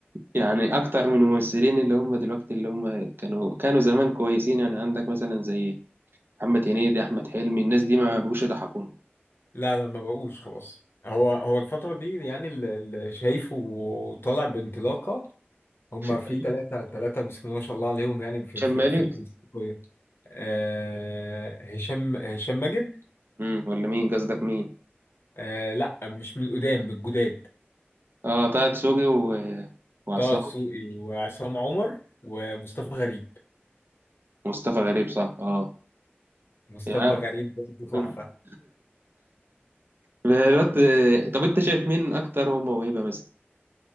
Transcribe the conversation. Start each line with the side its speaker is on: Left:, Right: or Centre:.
Right: يعني اكتر من الممثلين اللي هم دلوقتي اللي هم كانوا كانوا زمان كويسين يعني عندك مثلا زي محمد هنيدي احمد حلمي الناس دي ما بقوش يضحكوني
Left: لا لا ما بقوش خلاص هو هو الفترة دي يعني اللي اللي شايفه طالع بانطلاقة هما
Right: <laughs>
Left: في ثلاثة ثلاثة بسم الله ما شاء الله عليهم يعني في
Right: شمالين
Left: في في في- آه هشام هشام ماجد
Right: امم ولا مين قصدك مين
Left: آه لا مش من القدام من الجداد
Right: اه طه دسوقي و... وعصام
Left: طه دسوقي وعصام عمر ومصطفى غريب
Right: ومصطفى غريب صح اه
Left: مصطفى
Right: يعني
Left: غريب برضه تحفة
Right: <laughs> بالوقت طب انت شايف مين اكتر هو موهبه مثلا